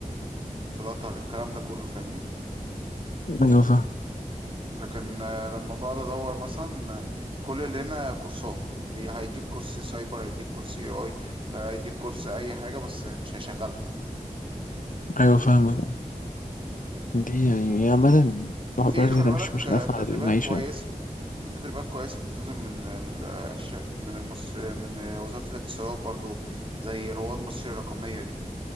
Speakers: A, on the right; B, on the left.
A: في القطر الكلام ده كله فاهمني
B: ايوه فاهم
A: لكن آه، لما بقعد ادور مثلا آه، كل اللي هنا كورسات إيه، هيديك كورس سايبر هيديك كورس اي اي هيديك كورس اي حاجه بس مش هيشغلك
B: ايوه فاهم دي يعني هي عامه
A: وفي
B: صاحب البلد
A: خلي
B: ده
A: بالك
B: مش مش
A: آه،
B: نافعه
A: تدريبات
B: للمعيشه
A: كويسه
B: يعني
A: في تدريبات كويسه بتنزل من ال آه، الش- من المص من وزاره الاتصالات برضو زي رواد مصر الرقميه دي